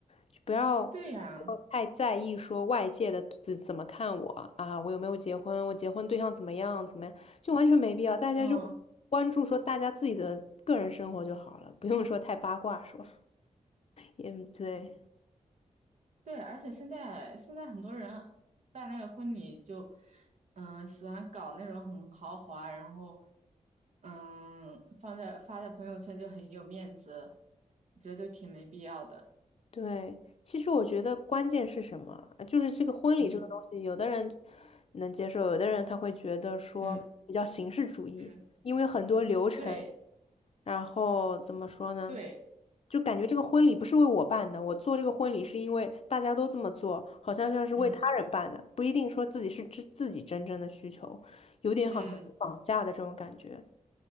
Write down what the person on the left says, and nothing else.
就不要
太在意说外界的怎怎么看我啊，我有没有结婚，我结婚对象怎么样怎么样，就完全没必要。大家就
关注说大家自己的个人生活就好了，不用说太八卦说。嗯，对
对，其实我觉得关键是什么？呃就是这个婚礼这个东西，
有的人能接受，有的人他会觉得说比较形式主义，
因为很多流程，
然后怎么说呢？
就感觉这个婚礼不是为我办的，我做这个婚礼是因为大家都这么做，好像像是为他人办的，
不一定说自己是自自己真正的需求，有点好像绑架的这种感觉，